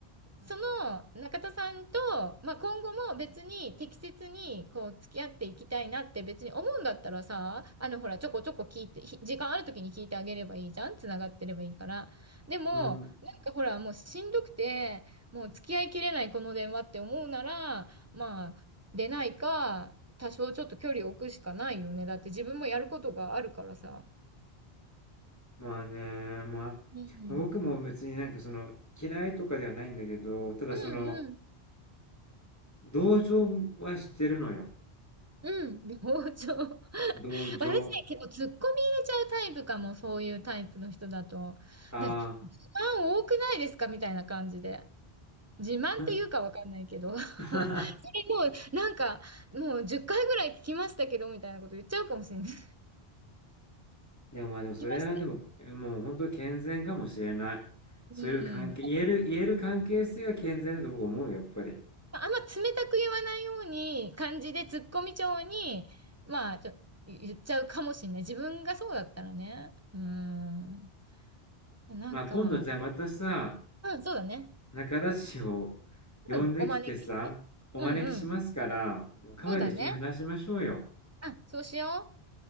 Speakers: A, on the right; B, on the left.
A: その中田さんと、まあ、今後も別に適切にこう付き合っていきたいなって別に思うんだったらさ、あのほらちょこちょこ聞いて、ひ時間ある時に聞いてあげればいいじゃん、つながってればいいから。でも、
B: うん。
A: なんかほらもうしんどくて、もう付き合いきれないこの電話って思うなら、まあ出ないか、多少ちょっと距離を置くしかないよね。だって自分もやることがあるからさ。
B: まあね、まあ、ま
A: うん。
B: あ僕も別になんかその、嫌いとかではないんだけど、ただその、
A: うんうん。
B: 同情はしてるのよ。
A: うん。包丁。<laughs>
B: 同情。
A: 私ね、結構ツッコミ入れちゃうタイプかも、そういうタイプの人だと。
B: あ
A: ね、自慢多くないですかみたいな感じで。自慢っていうかわかんないけど。
B: あ。
A: <laughs> そ
B: <laughs>
A: れもう、なんか、もう10回ぐらい聞きましたけど、みたいなこと言っちゃうかもしれない。<laughs> 聞
B: でもまあでもそれはでも、
A: きましたよ。
B: もう本当健全かもしれない。そういう関係、
A: うん。
B: 言える、言える関係性が健全だと僕思うよ、やっぱり。
A: まああんま冷たく言わないように、感じでツッコミ調に、まあ、ちょ、言っちゃうかもしれない。自分がそうだったらね。うん。なんか、
B: まあ今度じゃあまたさ、
A: うん、そうだね。
B: 仲田氏を呼んできてさ、
A: うん、お招きして。
B: お招きしますから、
A: うんうん。
B: もうカフェで一緒に話しましょうよ。
A: そうだね。あ、そうしよう。